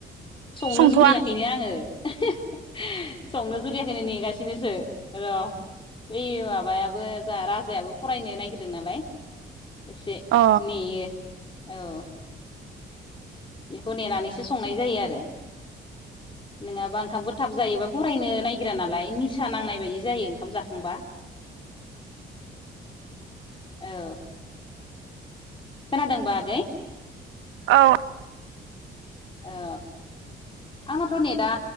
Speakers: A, on the left; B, on the right.
A: संनो
B: संथ'वा
A: जुरियाखैनो आङो। <unintelligible> संनो जुरियाखैनो नेगासिनोसो र बै माबायाबो जा राजायाबो फरायनो नायगिरदों नालाय एसे
B: अ
A: नेयो। औ। बेखौ नेनानैसो संनाय जायो आरो नोङाबा ओंखामखौ थाब जायोबा फरायनो नायगिरा नालाय निसा नांनाय बायदि जायो ओंखाम जाखांबा औ। खोनादोंबा आगै?
B: औ।
A: औ आंनाथ' नेदा